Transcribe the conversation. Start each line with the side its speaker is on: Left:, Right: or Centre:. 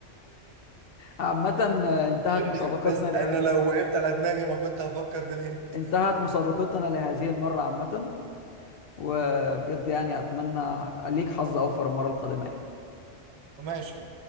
Left: عامة آه، انتهت
Right: <laughs>
Left: مسابقتنا
Right: بس
Left: لهذه
Right: انا لو
Left: المرة
Right: وقفت
Left: يعني
Right: على دماغي ما كنت هفكر في الهند
Left: انتهت مسابقتنا لهذه المرة عامة وبجد يعني أتمنى ليك حظ أوفر المرة القادمة يعني
Right: ماشي